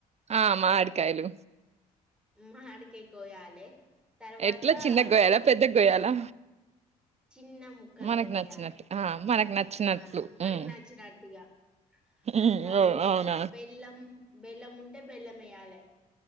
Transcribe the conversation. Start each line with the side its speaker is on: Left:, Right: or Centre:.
Right: ఆ మాడి కాయలు
Centre: మాడి కాయ కోయాలే తర్వాత
Right: ఎట్లా చిన్నగ గోయాలా
Centre: వేప
Right: పెద్దగ
Centre: పువ్వు
Right: గోయాలా
Centre: చిన్న ముక్కలుగా
Right: మనకు
Centre: పోయాల
Right: నచ్చినట్టు ఆ మనకు నచ్చినట్లు
Centre: ఆ మనకునచ్చినటిగా
Right: ఉమ్
Centre: ఆ
Right: ఉమ్
Centre: మళ్ళీ
Right: ఓ అవునా
Centre: బెల్లం బెల్లం ఉంటే బెల్లం వేయాలే